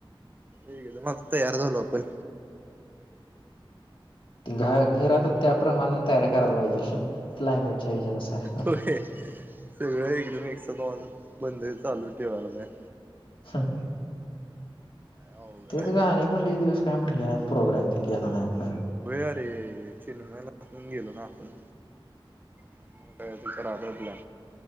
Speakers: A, on the right; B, on the left.
A: एकदम तयार झालो आपण
B: घ घरातच त्याप्रमाणं तयार करायला पाहिजे क्लायमेटच्या हेज्यानुसार
A: होय सगळं एकदम एकसात ऑन बंद चालू ठेवायला पाहिजे
B: हम्म
A: अवघड
B: तेच
A: आहे
B: गाणी पण लैई दिवस काय म्हणाल्यात प्रोग्राम तेन केला नाही आपण
A: होय अरे चिन्मयला पण गेलो ना आपण मोठ त कराब आपल्या